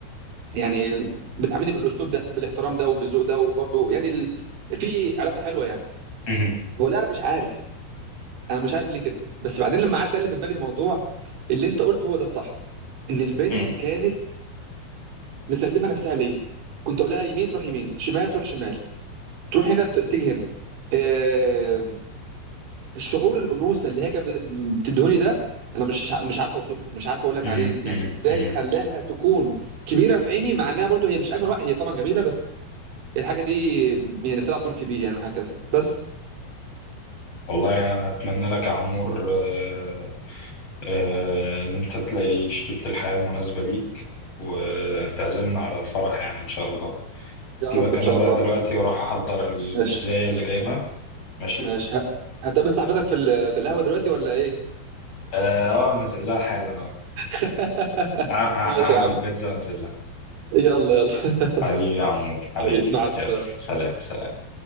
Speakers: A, on the right (about 85°); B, on the left (about 35°).
A: يعني بتعاملني بالاسلوب ده بالاحترام ده وبالذوق ده وبرده يعني ال... في علاقه حلوه يعني
B: مم.
A: ولا انا مش عارف انا مش عارف ليه كده بس بعدين لما قعدت الف في دماغي الموضوع اللي انت قلته هو ده الصح ان البنت
B: مم.
A: كانت مسلمه نفسها ليا كنت اقول لها يمين تروح يمين شمال تروح شمال تروح هنا ت- تيجي هنا آه... الشعور الانوثه اللي هي كانت بت- بتدهني ده انا مش مش عارف اوصفه مش عارف اقول لك
B: مم.
A: عليه يعني
B: مم.
A: ازاي
B: مم.
A: خلاها تكون كبيره في عيني مع انها برضو هي مش اجمل واحده هي طبعا جميله بس الحاجه دي يعني بتلعب دور كبير يعني وهكذا بس
B: والله انا يعني اتمنى لك يا عمور آه، آه، إن أنت تلاقي شريكة الحياة المناسبة ليك وتعزمنا على الفرح يعني إن شاء الله سيبك
A: يا رب ان
B: أنا
A: شاء
B: بقى
A: الله
B: دلوقتي وأروح أحضر البيتزاية
A: ماشي
B: اللي جايبها ماشي
A: ماشي ه- هتقابل صاحبتك في ال- في القهوه دلوقتي ولا ايه
B: آه آه، نازل لها حالا أهو
A: <laughs>
B: هع- هع-
A: ماشي
B: هعمل
A: يا عم
B: بيتزا وأنزل لها
A: يلا يلا <laughs> يلا
B: حبيبي يا عمور حبيبي
A: حبيبي مع السلامه
B: يلا سلام سلام